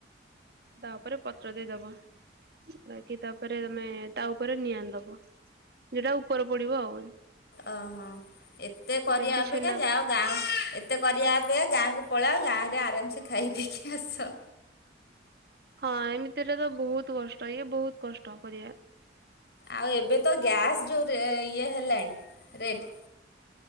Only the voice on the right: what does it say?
ତା ଉପରେ ପତ୍ର ଦେଇଦବ। ବାକି ତାପରେ ତମେ ତା ଉପରେ ନିଆଁ ଦବ। ଯଉଟା ଉପର ପଡିବ ଆଉ।
ଯେମିତି
ଛେନା
ହଁ ଏମିତିରେ ତ ବହୁତ କଷ୍ଟ ଇଏ ବହୁତ କଷ୍ଟ କରିବା।